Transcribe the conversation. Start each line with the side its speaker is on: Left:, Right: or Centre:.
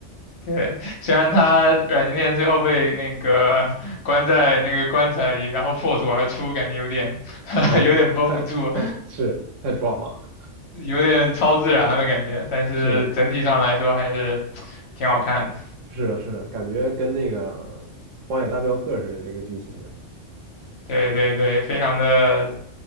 Left: 对。虽然他阮经天最后被那个关在那个棺材里，然后破土而出，感觉有点 <laughs>
Right: 啊！
Left: 有点绷不住。
Right: 太太是太抓马了。
Left: 有点超自然了感觉，但是整体上来说还是
Right: 是的，
Left: 挺好看的。
Right: 是的，是的，感觉跟那个《荒野大镖客》似的这个剧情啊
Left: 对对对，非常的，